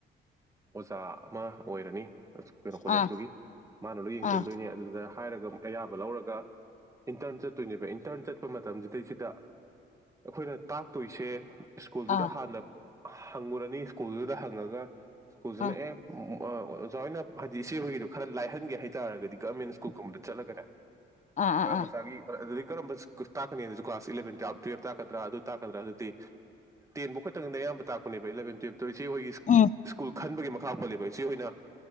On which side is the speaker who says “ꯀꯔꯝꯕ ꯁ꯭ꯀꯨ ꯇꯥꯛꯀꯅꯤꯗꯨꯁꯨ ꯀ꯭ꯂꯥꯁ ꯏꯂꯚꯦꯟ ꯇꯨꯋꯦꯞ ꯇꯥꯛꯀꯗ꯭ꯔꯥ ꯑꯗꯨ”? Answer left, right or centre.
Right